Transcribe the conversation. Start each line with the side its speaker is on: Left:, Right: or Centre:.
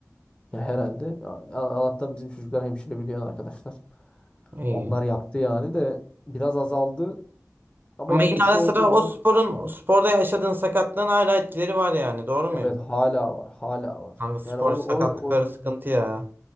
Left: Ya herhalde. Ya, Allah'tan bizim çocuklar hemşire biliyor arkadaşlar.
Right: İyi.
Left: Onlar yaptı yani de biraz azaldı ama
Right: Ama
Left: yani
Right: yine
Left: bir şey
Right: ara sıra
Left: olduğu zaman
Right: o sporun sporda yaşadığın sakatlığın hala etkileri var yani doğru muyum?
Left: evet hala var hala var.
Right: Kanka spor
Left: Yani onu
Right: sakatlıkları
Left: o, o
Right: sıkıntı ya.